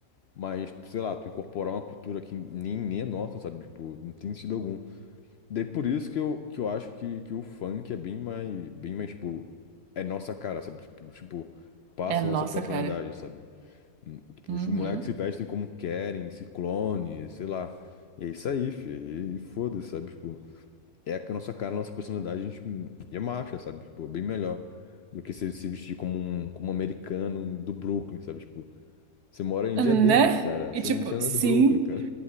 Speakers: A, on the left; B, on the right.
A: Mas, sei lá, tu incorporar uma cultura que nem, nem é nossa, sabe? Tipo, não tem sentido algum. Daí por isso que eu, que eu acho que, que o funk é bem mais, bem mais, tipo, é nossa cara, sabe? Tipo, tipo, passa
B: É, nossa,
A: a nossa personalidade,
B: cara.
A: sabe? Hum, Tipo,
B: Uhum.
A: os moleques se vestem como querem, ciclone, sei lá. E é isso aí, fi. E, e foda-se, sabe? Tipo, é a nossa cara, a nossa personalidade, a gente é marcha, sabe? Tipo, bem melhor do que se, se vestir como um, como um americano do Brooklyn, sabe? Tipo, você mora em Diadema,
B: Né?
A: cara.
B: E
A: Você
B: tipo,
A: não, você não
B: sim,
A: é do Brooklyn, cara.